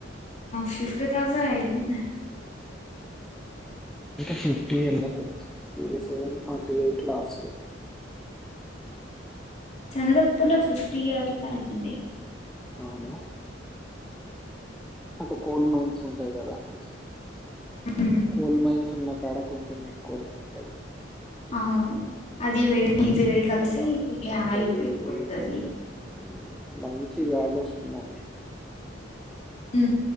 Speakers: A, on the left; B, in the centre.
A: ఫిఫ్టీ దాకా వెళ్ళింది
B: ఇంగ ఫిఫ్టీ ఎళ్ళలేదు ఇగ సెవెన్ ఫార్టీ ఎయిట్ లాస్ట్
A: చంద్రప్పు లో ఫిఫ్టీ అట్ల అయింది
B: అవును అటు కోల్డ్ మైన్స్ ఉంటాయి కదా అండి
A: ఉమ్.
B: కోల్డ్ మైన్స్ సున్న కాడ కొంచెం ఎక్కువనే ఉంటది
A: అవును అది వెడి ఇది వెడి కలిసి
B: బా నాకు
A: హైప్
B: అదే
A: అయిపోతది
B: ఇదిగా ఉంటది మంచి గాలి వస్తుందండి
A: హ